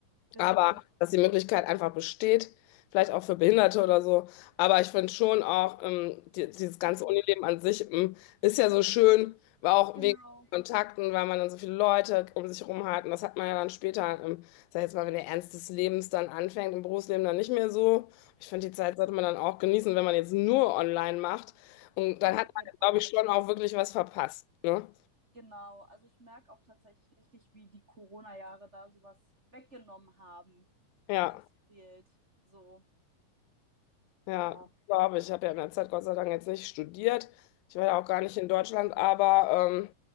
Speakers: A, on the right; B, on the left.
A: Genau,
B: Aber dass die Möglichkeit einfach besteht, vielleicht auch für Behinderte oder so. Aber ich finde schon auch, ähm, die, dieses ganze
A: Mhm.
B: Unileben an sich, ähm, ist ja so schön, war auch
A: genau.
B: wegen Kontakten, weil man dann so viele Leute um sich herum hat. Und das hat man ja dann später, ähm, sag ich jetzt mal, wenn der Ernst des Lebens dann anfängt, im Berufsleben dann nicht mehr so. Ich finde, die Zeit sollte man dann auch genießen, wenn man jetzt nur online macht. Und dann
A: Nee,
B: hat
A: genau,
B: man, glaube ich, schon auch wirklich was verpasst. Ne?
A: genau. Also ich merke auch tatsächlich richtig, wie die Corona-Jahre da sowas weggenommen haben.
B: Ja.
A: Was fehlt. So.
B: Ja,
A: Ja.
B: glaube ich. Ich habe ja in der Zeit Gott sei Dank jetzt nicht studiert. Ich war ja auch gar nicht in Deutschland, aber ähm,